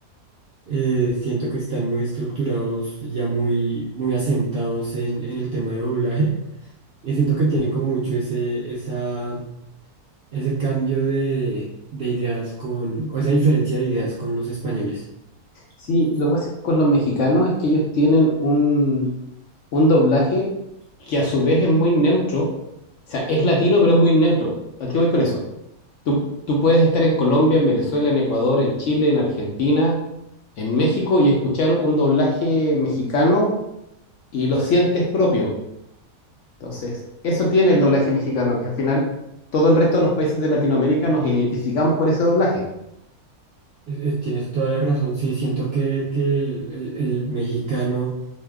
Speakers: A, on the right; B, on the left.
A: Eh, siento que están muy estructurados, ya muy, muy asentados en, en el tema de doblaje y siento que tienen como mucho ese, esa, ese cambio de, de ideas con, o esa diferencia de ideas con los españoles.
B: Sí, lo que pasa con los mexicanos es que ellos tienen un, un doblaje que a su vez es muy neutro. O sea, es latino, pero es muy neutro. ¿A qué voy con eso? Tú, tú puedes estar en Colombia, en Venezuela, en Ecuador, en Chile, en Argentina, en México y escuchar un doblaje mexicano y lo sientes propio. Entonces, eso tiene el doblaje mexicano, que al final todo el resto de los países de Latinoamérica nos identificamos con ese doblaje.
A: Es- es- Tienes toda la razón, sí, siento que, que el, el- el mexicano,